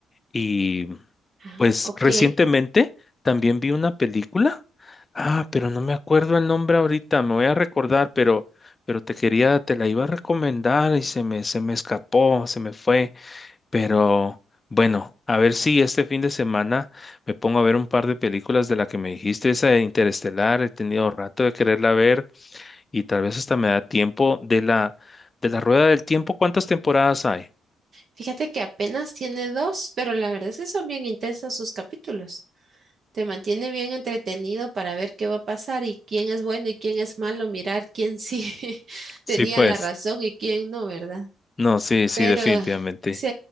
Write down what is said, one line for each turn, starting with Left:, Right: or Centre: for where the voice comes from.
Left: Y
Right: Ah,
Left: pues
Right: ok.
Left: recientemente también vi una película, ah, pero no me acuerdo el nombre ahorita, me voy a recordar, pero... Pero te quería, te la iba a recomendar y se me, se me escapó, se me fue. Pero bueno, a ver si este fin de semana me pongo a ver un par de películas de la que me dijiste, esa de Interestelar, he tenido rato de quererla ver y tal vez hasta me da tiempo de la de la Rueda del Tiempo, ¿cuántas temporadas hay?
Right: Fíjate que apenas tiene dos, pero la verdad es que son bien intensos sus capítulos. Te mantiene bien entretenido para ver qué va a pasar y quién es bueno y quién es malo, mirar quién sí <laughs>
Left: Sí,
Right: tenía
Left: pues.
Right: la razón y quién no, ¿verdad?
Left: No, sí, sí,
Right: Pero
Left: definitivamente.
Right: sí,